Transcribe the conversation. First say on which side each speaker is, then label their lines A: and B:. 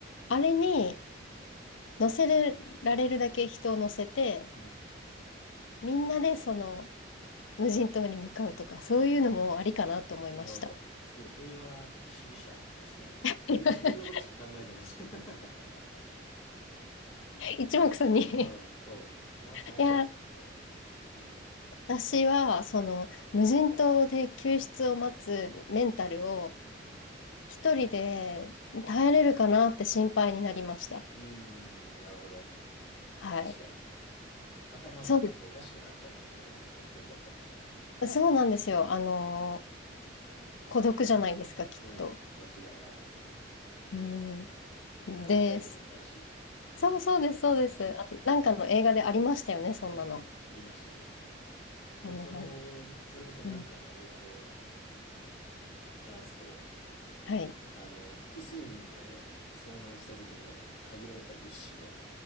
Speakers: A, on the left; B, on the left.
A: あれに乗せられるだけ人を乗せて、
B: うん。
A: みんなでその無人島に向かうとか、そういうのもありかなと思いました。
B: なるほど。すごい平和的主義者ですね。
A: <laughs>
B: 僕自分のことしか考えてないです。<laughs>
A: 一目散に
B: うん。そう。まずナイフだっつって。
A: いや、
B: うん。
A: 私はその無人島で救出を待つメンタルを
B: うん。
A: 一人で耐えれるかなって心配になりました。
B: うーん。なるほど。
A: はい。
B: 確かに。頭がちょっとおかしくなっちゃうかもしれないですね。
A: そう
B: 一人だったらね。
A: そうなんですよ。あの、
B: うん。
A: 孤独じゃないですか、きっと。
B: うん、間違いなく。
A: う
B: 話し相手もいないし。
A: ん。で、そうそうです、
B: うん
A: そうです。あなんかの映画でありましたよね、そんなの。
B: うん。うん、ありましたね。
A: トム・
B: でもその、
A: ハンクス。
B: それこそなんかの映画で
A: うん。
B: 話すと、
A: はい。
B: あの、複数人で遭難した時の限られた物資の、